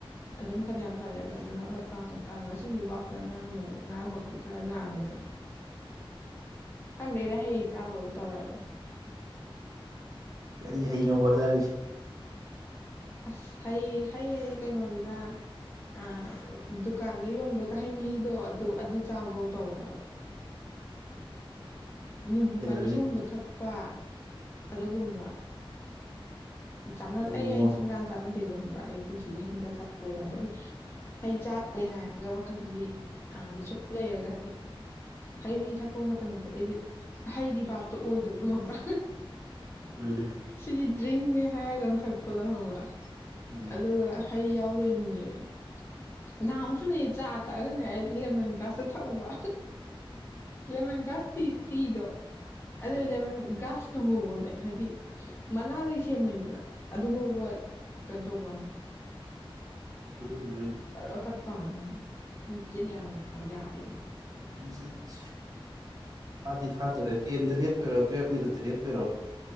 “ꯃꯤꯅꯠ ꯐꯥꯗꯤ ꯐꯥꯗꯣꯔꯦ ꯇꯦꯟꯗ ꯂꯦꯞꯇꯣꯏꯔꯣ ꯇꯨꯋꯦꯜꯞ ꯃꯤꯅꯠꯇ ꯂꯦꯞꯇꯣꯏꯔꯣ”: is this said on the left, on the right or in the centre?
Right